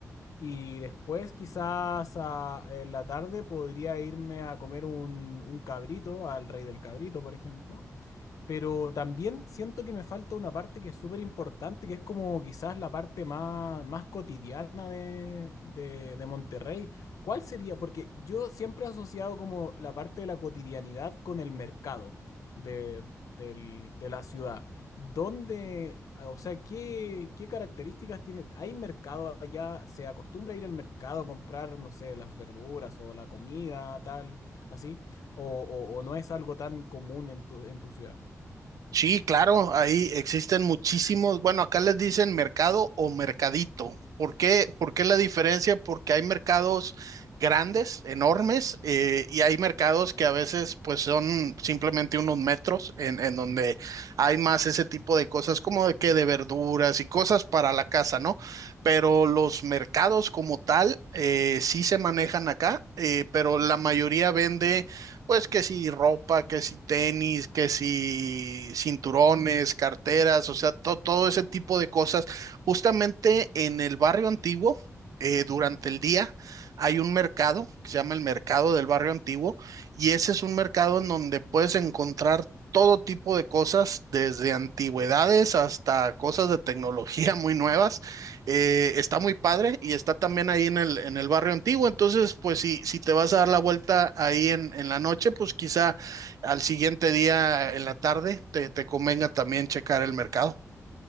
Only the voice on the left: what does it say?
y después quizás a- en la tarde podría irme a comer un, un cabrito, al Rey del Cabrito, por ejemplo, pero también siento que me falta una parte que es súper importante, que es como quizás la parte más, más cotidiana de, de- de Monterrey. ¿Cuál sería? Porque yo siempre he asociado como la parte de la cotidianidad con el mercado de, del- de la ciudad. ¿Dónde, o sea, qué, qué características tiene? ¿Hay mercado allá? ¿Se acostumbra a ir al mercado a comprar, no sé, las verduras o la comida, tal, así? ¿O, o- o no es algo tan común en tu, en tu ciudad?